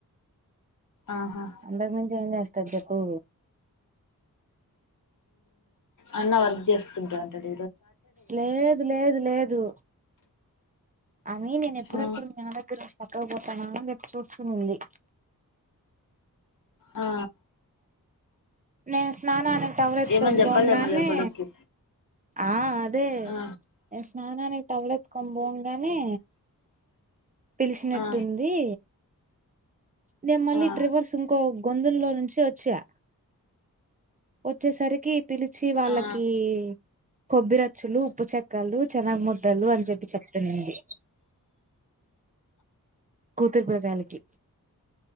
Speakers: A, on the left; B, on the right.
A: ఆహా
B: అంతకి మించి ఏం చేస్త తద్దకు
A: అన్న వర్క్ చేసుకుంటా ఉంటాడు
B: లేదు లేదు లేదు అ నేను ఎప్పుడెప్పుడు
A: ఆ
B: మీ పక్కపో ప్రణం రప్ చూసి నింది
A: ఆ
B: నే స్నానానికి టవర్ ఎత్తుకొని
A: ఏమని చెప్పాలేమో
B: పోగానే
A: లే కొడుక్కి
B: ఆ అదే
A: ఆ
B: స్నానానికి టవర్ ఎత్కొని పోగానే పిలిచినట్టుంది
A: ఆ
B: నేను మళ్ళీ
A: ఆ
B: ట్రివర్స్ ఇంకో గొందుల్లో నుంచి వచ్చా వచ్చేసరికి పిలిచి వాళ్ళకి
A: ఆ
B: కొబ్బిరచ్చులు ఉప్పు చెక్కలు చెనగ్ ముద్దలు అని చెప్పి చెప్తనడి కూతురు పిల్రాలికి